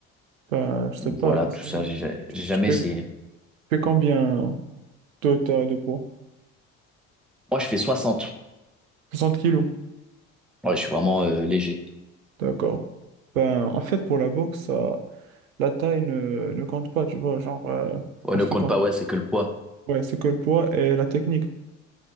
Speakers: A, on the right; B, in the centre.
A: Ben, je sais
B: Voilà,
A: pas.
B: tout
A: c'est-
B: ça, j'ai ja-
A: Tu
B: j'ai jamais
A: tu fais,
B: essayé.
A: tu fais combien de ta- de poids?
B: Moi, je fais soixante
A: soixante kilos.
B: Ouais, je suis vraiment euh, léger.
A: D'accord. Ben, en fait, pour la boxe, ça, la taille ne, ne compte pas, tu vois, genre, euh,
B: Ouais,
A: en
B: ne
A: ce
B: compte
A: qui compte.
B: pas, ouais, c'est que le poids.
A: Ouais, c'est que le poids et la technique.